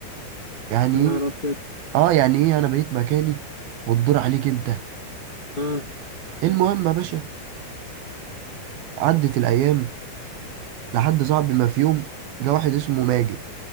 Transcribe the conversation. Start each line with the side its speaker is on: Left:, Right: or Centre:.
Right: يعني
Left: يا نهار
Right: إيه
Left: ابيض
Right: آه يعني إيه أنا بقيت مكاني والدور عليك أنت
Left: اه
Right: المهم يا باشا عدت الأيام لحد صاحبي ما في يوم جه واحد اسمه ماجد